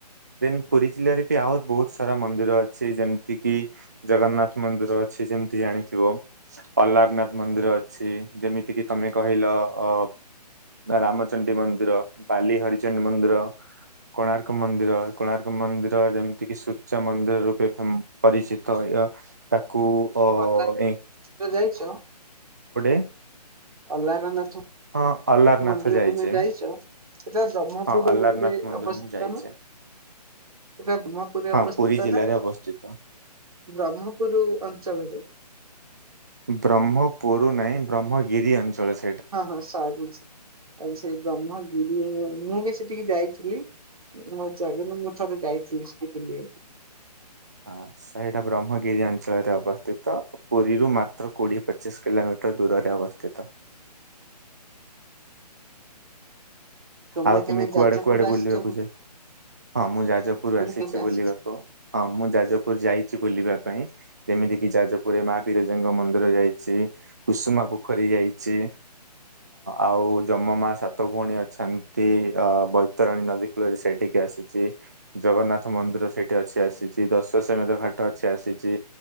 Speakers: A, on the right; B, on the right.
A: ଦେନ ପୁରୀ ଜିଲ୍ଲାରେ ବି ଆଉ ବହୁତ ସାରା ମନ୍ଦିର ଅଛି ଯେମିତି କିି ଜଗନ୍ନାଥ ମନ୍ଦିର ଅ ଛି ଯେମିତି ଆଣେ। ଥିବ ଅଲାରନାଥ ମନ୍ଦିର ଅଛି ଯେମିତି କିି ତମେ କହିଲ ଅ ରାମଚଣ୍ଡୀ ମନ୍ଦିର ବାଲି ହରଚଣ୍ଡି ମନ୍ଦିର। କୋଣାର୍କ ମନ୍ଦିର କୋଣାର୍କ ମନ୍ଦିର ଯେମିତି କିି ସୂର୍ଯ୍ୟ ମନ୍ଦିର ରୂପେ ଉଁ ପରିଚିତ ହୁଏ। ତାକୁ
B: ଅଲାରନାଥ
A: ଅ।
B: ତୁମେ ଯାଇଛ।
A: <inaudible>
B: ଅଲାରନାଥ
A: ହଁ ଅଲାରନାଥ
B: ମନ୍ଦିର
A: ଯାଇଛେ
B: ତୁମେ ଯାଇଛ। ସେଟା ବ୍ରହ୍ମପୁରରେ
A: ହଁ ଅଲାରନାଥ ମନ୍ଦିର
B: ଅବସ୍ଥିତ
A: ମୁଁ ଯାଇଛେ
B: ନା। ସେଟା ବ୍ରହ୍ମପୁରରେ
A: ହଁ
B: ଅବସ୍ଥିତନା।
A: ପୁରୀ ଜିଲ୍ଲାରେ ଅବସ୍ଥିତ
B: ବ୍ରହ୍ମପୁର ଅଞ୍ଚଳରେ।
A: ବ୍ରହ୍ମପୁରୁ ନାହିଁ ବ୍ରହ୍ମଗିରି ଅଞ୍ଚଳରେ।
B: ହଁ ହଁ ସରୀ। ସେଟିକି ଯାଇଥିଲି ମୋ ଜାଗାନା ମୁଁ ଥରେ ଯାଇଥିଲି ସେଠିକି ବୁଲିବାକୁ।
A: ହଁ ସେଇଟା ବ୍ରହ୍ମଗିରି ଅଞ୍ଚଳରେ ଅବସ୍ଥିତ ପୁରୀରୁ ମାତ୍ର କୋଡିଏ ପଚିଶ କିଲୋମି ଦୂରରେ ଅବସ୍ଥିତ।
B: ତମେ
A: ଆଉ ତୁମେ
B: କେବେ ଯାଜପୁର
A: କୁଆଡେ କୁଆଡେ
B: ଆସିଛ
A: ବୁଲିବାକୁ ଯା। ହଁ ମୁଁ ଯାଜପୁର ଆସିଛି
B: କେବେ ଆସିଛ
A: ବୁଲିବାକୁ ହଁ ମୁଁ ଯାଜପୁର ଯାଇଛି ବୁଲିବାକୁ। ପାଇଁ ଯେମିତି କିି ଯାଜପୁରରେ ମା ବିରଜାଙ୍କ ମନ୍ଦିର ଯାଇଛି କୁସୁମା ପୋଖରୀ ଯାଇଛି। ଆଉ ଯମ ମା ସାତ ଭଉଣୀ ଅଛନ୍ତି। ଅ ବୈତରଣୀ ନଦୀ କୂଳରେ ସେଇଠିକି ଆସିଛି ଜଗନ୍ନାଥ ମନ୍ଦିର ସେଇଠି ଅଛି ଆସି ଦଶ ସମେତ ଘାଟ ଅଛି ଆସିଛି